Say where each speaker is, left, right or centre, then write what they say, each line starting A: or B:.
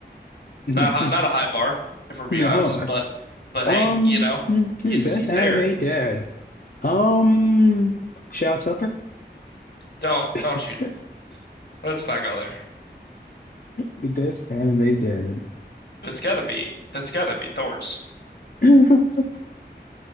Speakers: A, on the left (about 70°); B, on the left (about 50°).
A: Not
B: <laughs>
A: a high, not a high bar, if we're being
B: No,
A: honest, but but
B: Um,
A: hey, you know,
B: hmm,
A: he's
B: best
A: he's
B: anime
A: there.
B: dad. Um, Shao Tucker.
A: Don't
B: <laughs>
A: don't you? Let's not go there.
B: The best anime dad.
A: It's gotta be it's gotta be Thor's.
B: <laughs>